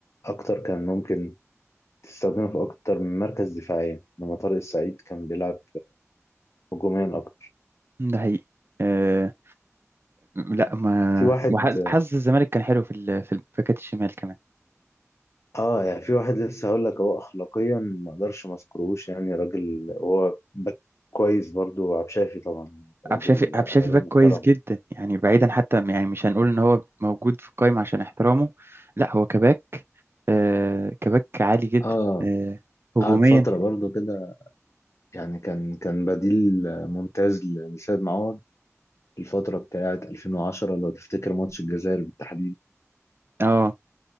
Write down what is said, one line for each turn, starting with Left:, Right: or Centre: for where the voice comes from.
Left: أكتر كان ممكن تستخدمه في أكتر من مركز دفاعيا إنما طارق السعيد كان بيلعب هجوميا أكتر
Right: ده حقيقي آه لا ما
Left: في واحد
Right: وحظ حظ الزمالك كان حلو في ال... في الباكات الشمال كمان
Left: اه يعني في واحد لسه هقول لك هو اخلاقيا ما اقدرش ما اذكرهوش يعني راجل هو باك كويس برضو عبد شافي طبعا راجل
Right: عبد الشافي عبد الشافي
Left: راجل
Right: باك
Left: محترم
Right: كويس جدا يعني بعيدا حتى يعني مش هنقول ان هو موجود في القايمة عشان احترامه لا هو كباك آه كباك عالي جدا
Left: اه
Right: آه هجوميا
Left: قعد فترة برضو كده يعني كان كان بديل ممتاز ل- لسيد معوض في الفترة بتاعة 2010 لو تفتكر ماتش الجزائر بالتحديد
Right: اه